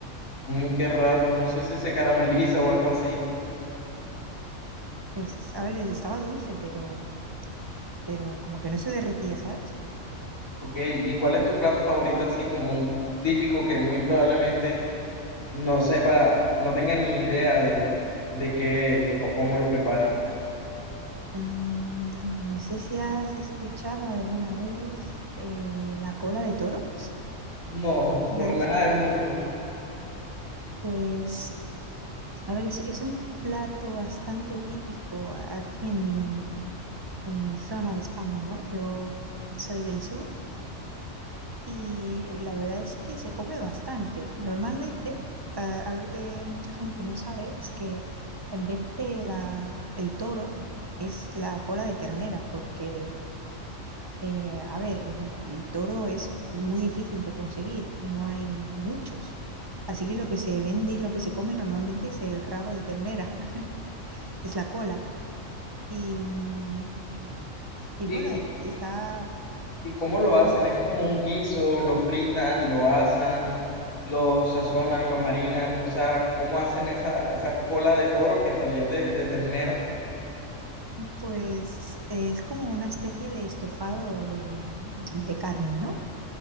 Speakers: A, on the left (about 85°); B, on the right (about 20°).
A: mm, qué raro, no sé si se carameliza o algo así.
B: Pues, es- a ver, estaba dulce, pero, pero como que no se derretía, ¿sabes?
A: Ok, ¿y cuál es tu plato favorito, así como un típico que muy probablemente no sepa, no tenga ni idea de, de qué o cómo lo preparan.
B: Mm, no sé si has escuchado alguna vez eh, la cola de toro.
A: No,
B: ¿Lo
A: por
B: has
A: nada
B: escuchado?
A: del mundo.
B: Pues, a ver, es, es un plato bastante típico aquí en mi, en mi zona de España, ¿no? Yo soy del sur y la verdad es que se come bastante. Normalmente, ah, algo que mucha gente no sabe es que en vez de la, el toro, es la cola de ternera, porque, eh, a ver, el, el toro es muy difícil de conseguir y no hay muchos. Así que lo que se vende y lo que se come normalmente es el rabo de ternera, <laughs> es la cola. Y, mm, y
A: ¿Y
B: bueno,
A: cómo,
B: está
A: y cómo lo hacen? Es como un guiso, lo fritan, lo asan, lo sazonan, lo marinan, o sea, ¿cómo hacen esa, esa cola de toro que en realidad es de, ternera?
B: Pues eh, es como una especie de estofado de, de carne, ¿no?